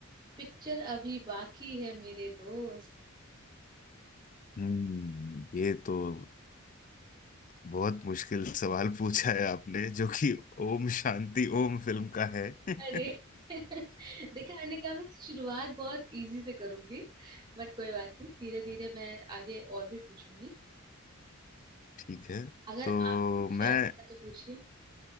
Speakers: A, on the right; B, on the left.
A: पिक्चर अभी बाकी है मेरे दोस्त
B: हम्म, ये तो बहुत मुश्किल सवाल पूछा है आपने जो कि ओम शांति ओम फिल्म का है <laughs>
A: अरे <laughs> देखा मैंने कहा मैं शुरुआत बहुत इजी से करूंगी बट कोई बात नहीं धीरे धीरे मैं आगे और भी पूछूंगी
B: ठीक है
A: अगर
B: तो
A: आपको कुछ
B: मैं
A: याद आ रहा है तो पूछिए